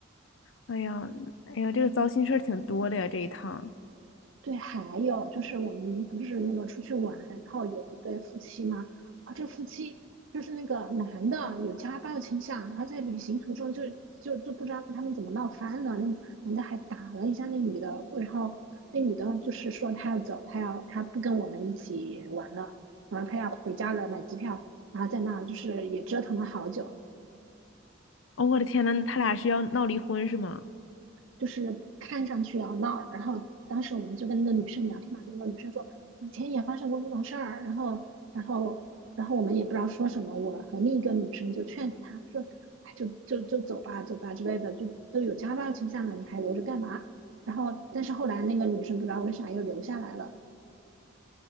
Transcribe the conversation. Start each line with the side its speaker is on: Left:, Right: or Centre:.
Left: 哎呀，哎呀，这个糟心事儿挺多的呀，这一趟。
Right: 对，还有就是我们不是那个出去玩，然后有一对夫妻吗？啊，这夫妻就是那个男的有家暴倾向，然后在旅行途中就就就不知道他们怎么闹翻了，那男的还打了一下那女的，然后那女的就是说她要走，她要她不跟我们一起玩了，然后她要回家了，买机票，然后在那就是也折腾了好久，
Left: 哦，我的天呐，他俩是要闹离婚是吗？
Right: 就是看上去要闹。然后当时我们就跟那个女生聊天嘛，那个女生说以前也发生过这种事儿，然后然后然后我们也不知道说什么，我和另一个女生就劝她说，哎，就就就走吧，走吧之类的，就都有家暴倾向了，你还留着干嘛？然后但是后来那个女生不知道为啥又留下来了，